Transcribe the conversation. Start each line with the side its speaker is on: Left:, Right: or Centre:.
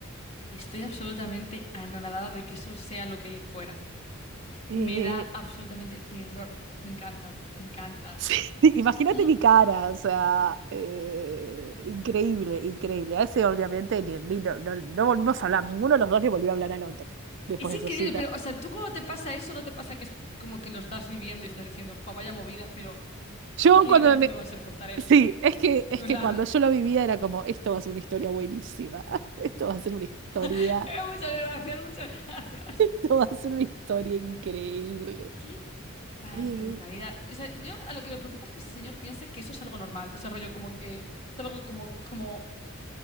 Left: Y estoy absolutamente anonadada de que eso sea lo que hay fuera.
Right: Eh,
Left: Me da absolutamente terror. Me encanta, me encanta.
Right: <laughs> sí, imagínate
Left: ¿Qué?
Right: mi cara, o sea, eh, increíble, increíble. A ese obviamente ni, ni- no, no- no volvimos a hablar, ninguno de los dos le volvió a hablar al otro después
Left: Es
Right: de
Left: increíble,
Right: esa cita.
Left: pero, o sea, tú cuando te pasa eso, no te pasa que es como que lo estás viviendo y estás diciendo, fue vaya movida, pero
Right: Yo
Left: qué
Right: cuando
Left: divertido
Right: me,
Left: va a ser contar esto.
Right: Sí, es que, es
Left: En plan,
Right: que cuando yo lo vivía era como, esto va a ser una historia buenísima, <laughs> esto va a ser una historia,
Left: <laughs> muchas gracias, muchas gracias.
Right: <laughs> esto va a ser una historia increíble.
Left: Qué barbaridad.
Right: Y,
Left: O sea, yo a lo que me preocupa es que este señor piense que eso es algo normal. O sea, rollo como que es algo como, como,